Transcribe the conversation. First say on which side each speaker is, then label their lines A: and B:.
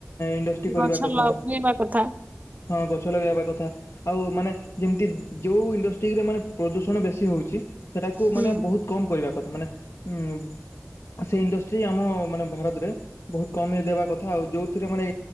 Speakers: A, on the left (about 65°); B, on the right (about 30°).
A: ଇନ କରିବା
B: ଗଛ
A: କଥା
B: ଲଗେଇବା କଥା
A: ହଁ ଗଛ ଲଗେଇବା କଥା। ଆଉ ମାନେ ଯେମିତି ଯୋଉ ଇଣ୍ଡଷ୍ଟ୍ରିରେ ମାନେ ପ୍ରଦୂଷଣ ବେଶୀ ହଉଛି ସେଇଟାକୁ
B: ହୁଁ
A: ମାନେ ବହୁତ କମ୍ କରିବା କଥା। ମାନେ ଉଁ ସେଇ ଇଣ୍ଡଷ୍ଟ୍ରି ଆମ ମାନେ ଭାରତରେ ବହୁତ କମେଇ ଦେବା କଥା ଆଉ ଯୋଉଥିରେ ମାନେ